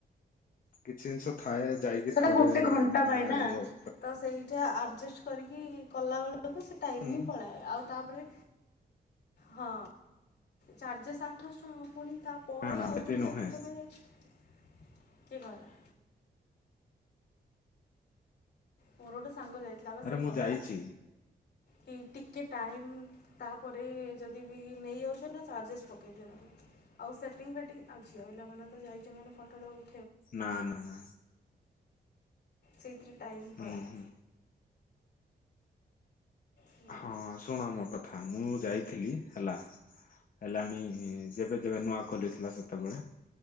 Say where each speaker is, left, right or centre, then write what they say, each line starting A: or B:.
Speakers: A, on the left (about 55°); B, on the left (about 85°).
A: କିଛି ଜିନିଷ ଥାଏ ଯାଇକି
B: ସେଟା
A: ଥରେ
B: ଗୋଟେ ଘଣ୍ଟା
A: ମାନେ
B: ପାଇଁ ନା
A: ଅନୁଭବ କ
B: ତ ସେଇଟା ଆଡ଼ଜଷ୍ଟ କରିକି କଲାବେଳକୁ ସେ ଟାଇମ୍
A: ନା
B: ହିଁ ପଳାଏ ଆଉ ତାପରେ ହଁ ଚାର୍ଜେସ୍ ଆଠଶହ ଟଙ୍କା ପୁଣି ତାପରେ
A: ନା
B: ଆଉଥରେ
A: ଏମିତି ନୁହେଁ
B: ଯଦି ତମେ କିଏ କହିଲା? ମୋରୋ ଗୋଟେ ସାଙ୍ଗ ଯାଇଥିଲା ବା
A: ଆରେ
B: ସେ
A: ମୁଁ
B: କହିଲା।
A: ଯାଇଛି
B: କି ଟିକେ ଟାଇମ୍ ତାପରେ ଯଦି ବି ନେଇଯାଉଚ ନା ଚାର୍ଜେସ୍ ପକେଇ ଦିଅନ୍ତି। ଆଉ ସେଟିଙ୍ଗ ଫେଟିଙ୍ଗ ଆଉ ଝିଅ ପିଲା ମାନେ ତ ଯାଇଚ ମାନେ ଫଟଟେ ଉ
A: ନା ନା ନା।
B: ସେଇଥିରେ ଟାଇମ୍
A: ହୁଁ
B: ପଳାଏ।
A: ହୁଁ।
B: ହୁଁ
A: ହଁ ଶୁଣ ମୋ କଥା ମୁଁ ଯାଇଥିଲି ହେଲା? ହେଲାଣି ଯେବେ ଯେବେ ନୂଆ ଖୋଲିଥିଲା ସେତବଳେ